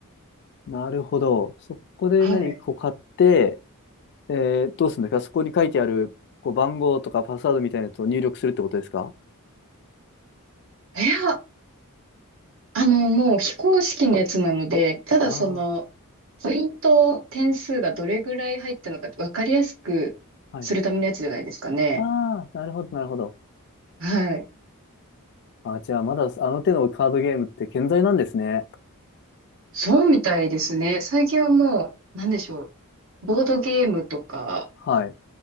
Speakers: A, on the left; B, on the right.
A: ー、なるほど。そこで何こう買って、
B: はい。
A: えー、どうするんですかそこに書いてある、こう、番号とかパスワードみたいなやつを入力するってことですか
B: いや、あの、もう非公式のやつなので、ただその、
A: あ
B: ポイント、点数がどれぐらい入ったのかって分かりやすくするためのやつじゃないですかね。
A: あー、はい。ああ、なるほど、なるほど。
B: はい。
A: あ、じゃあ、まだあの手のカードゲームって健在なんですね。
B: そうみたいですね。最近はもう、なんでしょう。ボードゲームとか、
A: はい、